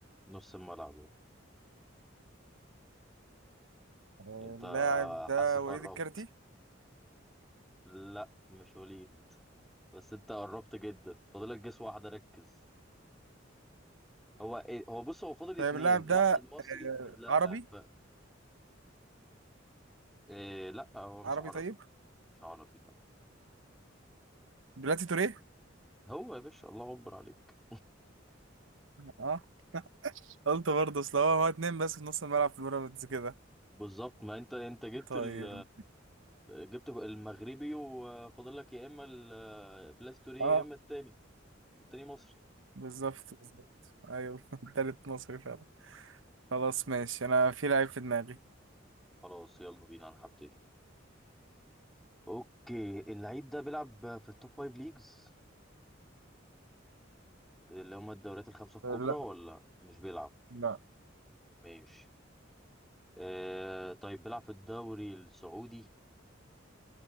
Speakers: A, in the centre; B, on the right (about 85°).
A: نص الملعب هو
B: آه،
A: انت
B: اللاعب ده
A: حاسك
B: وليد
A: قربت
B: الكارتي
A: لا مش وليد بس انت قربت جدا فاضلك جس واحدة ركز هو ايه هو بص هو فاضل
B: طيب
A: اتنين
B: اللاعب ده
A: واحد مصري
B: آه،
A: واحد لأ
B: عربي
A: ف إيه لأ هو مش
B: عربي
A: عربي
B: طيب
A: مش عربي لأ
B: بلاتي توريه
A: هو يا باشا الله أكبر عليك
B: اه قلت برضه اصل هو هو اتنين بس في نص الملعب في بيراميدز كده
A: <laughs> بالظبط ما انت انت جبت
B: طيب
A: ال جبت المغربي وفاضل لك يا اما البلاستوري
B: اه
A: يا اما التاني والتاني مصري
B: بالظبط بالظبط ايوه <laughs> تالت مصري فعلا خلاص ماشي انا في لعيب في دماغي
A: خلاص يلا بينا انا هبتدي اوكي اللعيب ده بيلعب في التوب فايف ليجز اللي هما الدوريات الخمسة الكبرى
B: لا
A: ولا مش بيلعب
B: لا
A: ماشي آه طيب بيلعب في الدوري السعودي